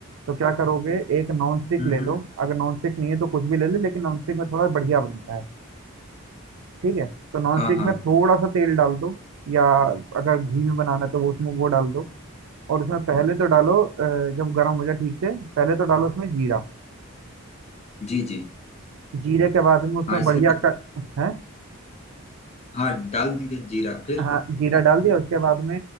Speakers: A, on the right (about 70°); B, on the left (about 30°).
A: तो क्या करोगे एक नॉन स्टिक
B: हम्म,
A: ले
B: हम्म,
A: लो अगर नॉन स्टिक नहीं है तो कुछ भी ले लो लेकिन नॉन स्टिक में थोड़ा बढ़िया बनता है ठीक है तो नॉन
B: हाँ
A: स्टिक
B: हाँ
A: में थोड़ा सा तेल डाल दो या अगर घी में बनाना है तो वो उसमें वो डाल दो और उसमें पहले तो डालो अ, जब गर्म हो जाए ठीक से पहले तो डालो उसमें जीरा
B: जी जी
A: जीरे के बाद में उसमें
B: हाँ इसे
A: बढ़िया का है
B: हाँ डाल देंगे जीरा फिर
A: हाँ जीरा डाल दिया उसके बाद में